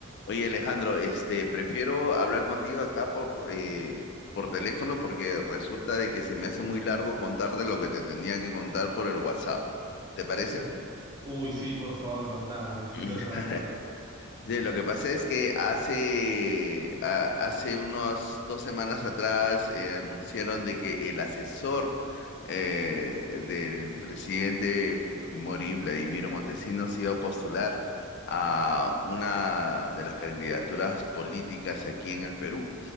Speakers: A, on the left; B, on the right.
A: Oye, Alejandro, este, prefiero hablar contigo acá por, eh, por teléfono porque resulta de que se me hace muy largo contarte lo que te tenía que contar por el WhatsApp. ¿Te parece?
B: Uh. Uy, sí, por favor, contame, necesito
A: <clears throat>
B: saber qué onda.
A: Sí, lo que pasa es que hace, a- hace unas dos semanas atrás eh, anunciaron de que el asesor eh, del presidente Fujimori, Vladimiro Montesinos, iba a postular a una de las candidaturas políticas aquí en el Perú.